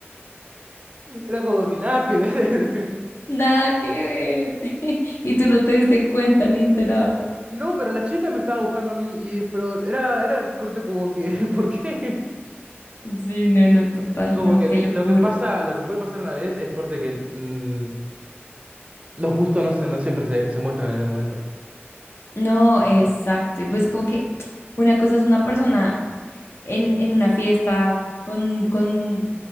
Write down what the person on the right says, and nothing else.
Era como que nada que ver. <laughs>
No, pero la chica me estaba buscando a mí y pero era, era corte como que, <laughs> ¿por qué?
Como
que
lo que pasa, lo que puede pasar una vez es corte que mm, los gustos no se, no siempre se, se muestran en el momento.